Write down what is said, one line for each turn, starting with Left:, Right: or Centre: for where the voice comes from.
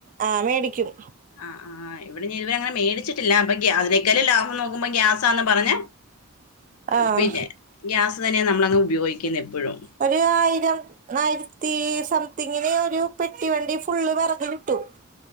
Right: ആഹ് മേടിക്കും
Left: ആഹ്, ആഹ് ഇവിടെ ഇതവര അങ്ങനെ മേടിച്ചിട്ടില്ല. അപ്പൊ ഗ്യ അതിനേക്കാളും ലാഭം നോക്കുമ്പോ ഗ്യാസാന്ന് പറഞ്,
Right: ആഹ്
Left: പിന്നെ ഗ്യാസ് തന്നെയ നമ്മളങ്ങ് ഉപയോഗിക്കുന്ന, എപ്പളും.
Right: ഒരു ആയിരം, ആയിരത്തി, സംതിങ്ങിന് ഒരു പെട്ടി വണ്ടി ഫുള്ള് വിറക് കിട്ടും.